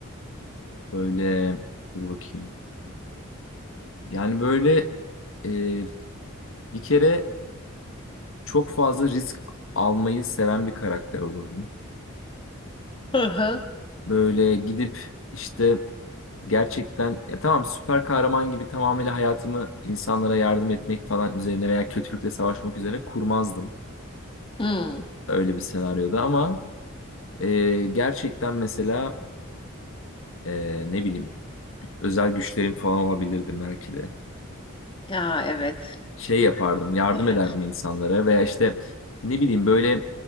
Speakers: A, on the left; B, on the left.
A: böyle dur bakayım. Yani böyle e, bir kere çok fazla risk almayı seven bir karakter olurdum.
B: Hı hı.
A: Böyle gidip işte Gerçekten ya tamam süper kahraman gibi tamamıyla hayatımı insanlara yardım etmek falan üzerine veya kötülükle savaşmak üzerine kurmazdım
B: Hmm.
A: öyle bir senaryoda ama e, gerçekten mesela e, ne bileyim özel güçlerim falan olabilirdim belki de.
B: Ya evet.
A: Şey yapardım yardım
B: Güzel.
A: ederdim insanlara veya işte ne bileyim böyle